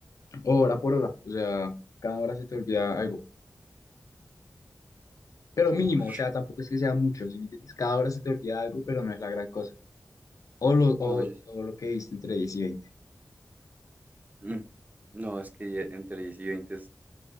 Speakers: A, on the left; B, on the right.
A: o hora por hora. O sea, cada hora se te olvida algo. pero mínimo,
B: uff
A: o sea, tampoco es que sea mucho, ¿sí me entiendes? Cada hora se te olvida algo, pero no es la gran cosa. O lo, o,
B: No, yo sí.
A: o lo que viste entre diez y veinte.
B: Mm. No, es que ya entre 10 y veinte